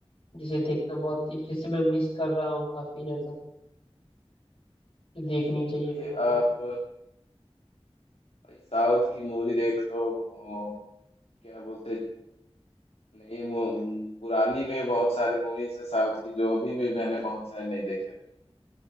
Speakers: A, on the left (about 60°); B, on the left (about 80°).
A: जिसे देखना बहुत जिसे मैं मिस कर रहा हूँ काफी ज्यादा कि देखनी चाहिए
B: भाई
A: मेरे को
B: आप भाई साउथ की मूवी देख लो ओ, क्या बोलते नई मू- पुरानी भी बहुत सारी मूवीज है साउथ की जो अभी भी मैंने बहुत सारी नहीं देख रखी